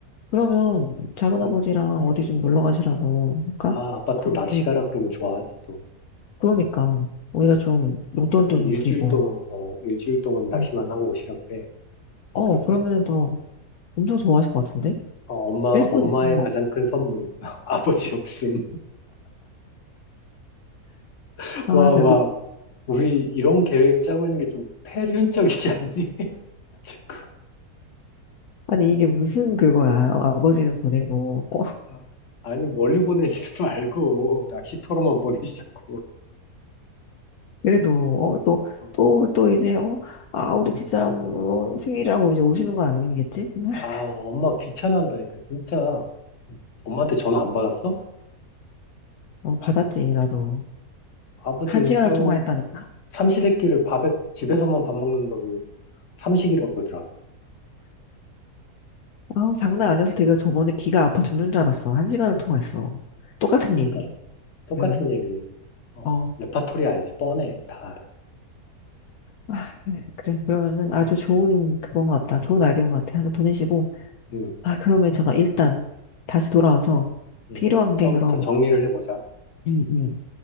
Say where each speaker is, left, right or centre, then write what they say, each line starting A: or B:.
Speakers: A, on the left; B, on the left.
A: 그러면 작은
B: 음.
A: 아버지랑 어디 좀 놀러 가시라고 할까?
B: 아, 아빠
A: 그-
B: 또 낚시
A: 예,
B: 가라 그러면 좋아하지 또.
A: 그러니까 우리가
B: 그래.
A: 좀 용돈도
B: 한
A: 좀
B: 일주일
A: 드리고.
B: 동안, 어, 일주일 동안 낚시만
A: 음.
B: 하고 오시라고 해.
A: 어,
B: 그럴까?
A: 그러면은 더 엄청
B: 어,
A: 좋아하실 것 같은데?
B: 어, 엄마,
A: 일도일
B: 엄마의
A: 동안
B: 가장 큰 선물. <laughs> 아버지 없음. <laughs>
A: 강아지
B: 와, 와. 우리 이런 계획 짜고 있는 게 좀 패륜적이지 않니? <laughs>
A: 아니, 이게 무슨 그거야. 어, 아버지를 보내고, 어,
B: 아, 아니, 멀리 보내지 말고, 낚시터로만 보내시자고.
A: 그래도, 어, 또,
B: 어.
A: 또, 또 이제, 어, 아, 우리 집사람 어, 생일이라고 이제 오시는 거 아니겠지? <laughs>
B: 아, 엄마 귀찮아한다니까, 진짜. 엄마한테 전화 안 받았어?
A: 어, 받았지, 나도.
B: 아버지
A: 한
B: 은퇴하고
A: 시간을 통화했다니까?
B: 삼시세끼를 밥에, 집에서만 밥 먹는다고. 삼식이라고 그러더라.
A: 아 장난
B: 어,
A: 아니어서 내가 저번에 귀가 아파 죽는 줄 알았어. 한 시간을 통화했어. 똑같은
B: 그러니까
A: 얘기.
B: 똑같은
A: 응,
B: 얘기. 어,
A: 어.
B: 레파토리 알지 뻔해. 다 알아.
A: 아, 그래. 그래. 그러면은 아주 좋은 그건 것 같다. 좋은 아이디어인 것 같아. 하나 보내시고.
B: 음,
A: 아, 그러면 제가 일단 다시 돌아와서
B: 음.
A: 필요한 게
B: 처음부터
A: 그럼,
B: 정리를 해보자.
A: 음, 음.